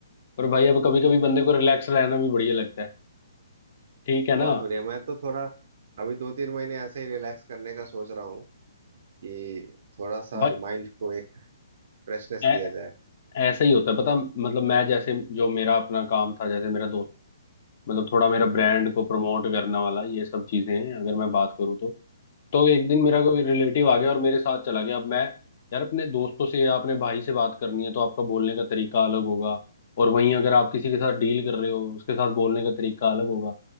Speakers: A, on the left (about 40°); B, on the right (about 45°).
A: पर भाई अब कभी कभी
B: और
A: बंदे को रिलैक्स रहना भी बढ़िया लगता है ठीक है ना
B: बहुत बढ़िया मैं तो थोड़ा अभी दो तीन महीने ऐसे ही रिलैक्स करने का सोच रहा हूँ कि थोड़ा सा
A: भाई
B: माइंड को एक फ्रेशनेस
A: ऐ-
B: दिया जाए
A: ऐसा ही होता है पता मतलब मैं जैसे जो मेरा अपना काम था जैसे मेरा दोस्त मतलब थोड़ा मेरा ब्रांड को प्रमोट करने वाला ये सब चीजें हैं अगर मैं बात करूँ तो तो एक दिन मेरा कोई रिलेटिव आ गया और मेरे साथ चला गया अब मैं यार अपने दोस्तों से या अपने भाई से बात करनी है तो आपका बोलने का तरीका अलग होगा और वहीं अगर आप किसी के साथ डील कर रहे हो उसके साथ बोलने का तरीका अलग होगा